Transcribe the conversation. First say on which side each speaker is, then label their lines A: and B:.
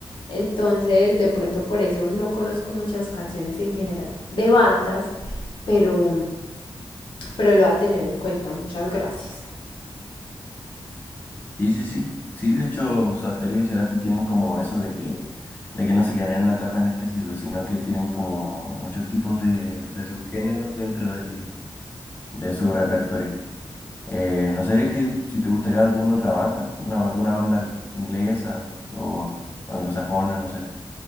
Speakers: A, on the left (about 65°); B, on the left (about 20°).
A: Entonces, de pronto por eso no conozco muchas canciones en general de bandas, pero pero lo va a tener en cuenta. Muchas gracias.
B: Sí, sí, sí. Sí, de hecho, Sobasterio y Cerati tienen como eso de que, de que no se quedan en una etapa en específico, sino que tienen como muchos tipos de, de subgéneros dentro de, de su repertorio. Eh, no sé que, si te gustaría alguna otra banda, una, alguna banda inglesa o anglosajona, no sé.